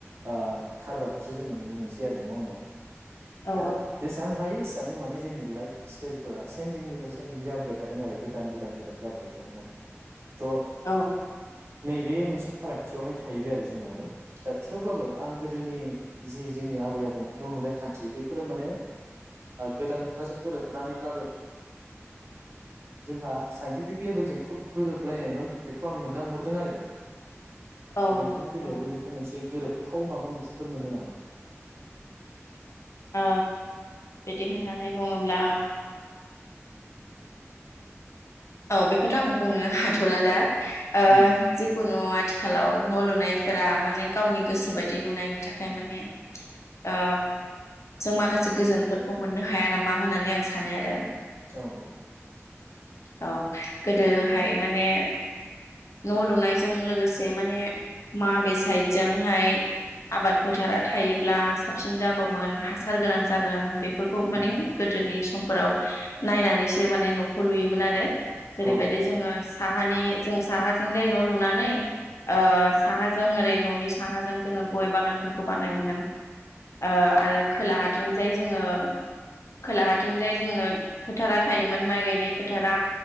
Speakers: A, on the right (about 55°); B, on the left (about 70°).
A: आ खारबारखौसो जोङो नुनो मोनसै आरो नङा होमबा।
B: औ
A: दा जेसां हायो ए थांनो माने जोंनि लाइफ स्टाइलफोरा सेेनजिंनिफ्राय सेनजिं जाबाय थादों आरो गोदान गोदान गोदान जाबाय थादों आरो। थ'
B: औ
A: नैबे मोनसे फाराग थियावहाय थाहैबाय आरो जोंनाबो दा थेवब्लाबो आं गोदोनि जि जोंनि आबै आबौनि न' लुनाय खान्थि बैफोरो माने गोदान मुगाजों गोरोबनानैब्लाबो जोंहा साइन्टिफिक लेभेलजों खोब गोरोबलायनायमोन बेखौ आं मोनदांहरदों आरो
B: औ
A: दा नोंथांनि बेलायावबो
B: औ
A: बेखौ मोनसे गोरोब थाव माबा मोनसेफोर मोनो नामा
B: आ बिदि होननानै बुङोब्ला औ बेखौथ' आं बुंनो हाथ'ला दा ओ
A: उम
B: जिखुनु आथि आथिखालाव न' लुनायफोरा माने गावनि गोसो बायदि नुनायनि थाखाय माने आ जों माखासे गोजोनफोरखौ मोननो हाया नामा होननानै आं सानो आरो
A: औ औ
B: औ गोदोहाय माने न' लुनायजों लोगोसे माने माबे साइडजोंहाय आबाद फोथारा थायोब्ला साबसिन जागौमोन हासार गोनां जागोन बेफोरखौ
A: उम
B: माने गोदोनि समफोराव नायनानैसो माने न'खौ लुयोमोन आरो‌ <unintelligible> जेरैबायदि
A: औ
B: जोङो साहानि जों साहाजों जाय न' लुनानै ओ साहाजों ओरै न'नि साहाजों जोङो गय बागानफोरखौ बानायोमोन ओ आरो खोला हाथिंजाय जोङो खोलाहााथिंजाय जोङो फोथारा थायोमोन माइ गायनाय फोथारा